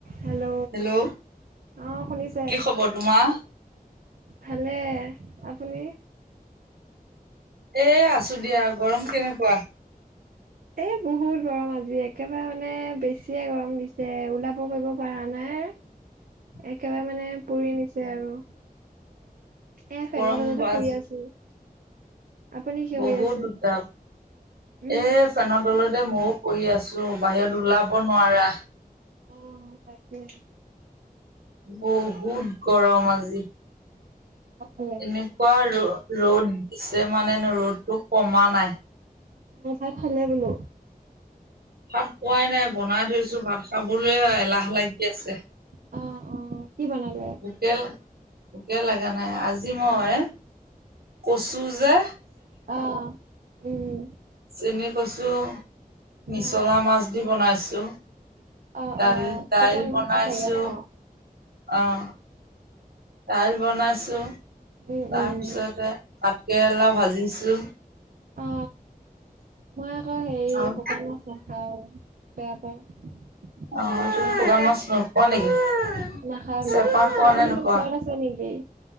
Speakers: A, on the right (about 65°); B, on the right (about 85°).
A: Hello
B: hello
A: অ শুনিছে
B: কি খবৰ তোমাৰ?
A: ভালে আপুনি
B: এ আছো দিয়া গৰম কেনেকুৱা?
A: এ বহুত গৰম আজি একেবাৰে মানে বেছিয়ে গৰম দিছে ওলাব কৰিব পৰা নাই।
B: হয়।
A: একেবাৰে মানে পুৰি নিছে আৰু এ ফেনেত
B: গৰম
A: তলতে শুই
B: আজি
A: আছো। আপুনি কি
B: বহুত
A: কৰি আছে
B: তাপ
A: উম
B: এ ফেন তলত ময়ো কৰি আছো বাহিৰত ওলাব নোৱাৰা।
A: অ' তাকেই
B: বহুত গৰম আজি
A: ভাত খালে
B: এনেকুৱা ৰ'দ দিছে মানেন ৰ'দটো কমা নাই।
A: অ' ভাত খালে বোলো।
B: ভাত খুৱাই নাই। বনাই থৈছো ভাত খাবলৈ এলাহ লাগি আছে।
A: অ' অ' কি বনালে
B: পোকে পোকে লগা নাই। আজি মই
A: অ অ
B: কচু যে
A: অ উম
B: চেনি কৈছো মিছলা
A: অ
B: মাছ দি বনাইছো।
A: অ
B: দাল
A: অ
B: দাইল
A: শুকান
B: বনাইছো
A: মাছে চাগে ন অ
B: আহ। দাইল বনাইছো
A: উম
B: তাৰপিছতে
A: উম
B: ভাত কেৰেলা ভাজিছো
A: অ মই আকৌ হেৰি
B: আৰু
A: শুকান মাছ নাখাও। বেয়া পাওঁ
B: অ তুমি শুকান মাছ ৰ পোৱা নেকি?
A: হয় নাখাওঁ
B: চেপা
A: নাখাও
B: খোৱা
A: ছোৱালী
B: নে
A: জনি
B: নোখোৱা
A: ওচৰত আছে নেকি?